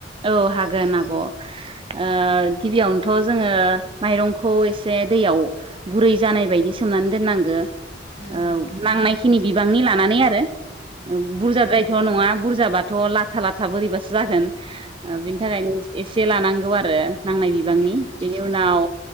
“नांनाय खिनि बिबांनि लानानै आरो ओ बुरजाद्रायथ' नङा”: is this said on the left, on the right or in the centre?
Right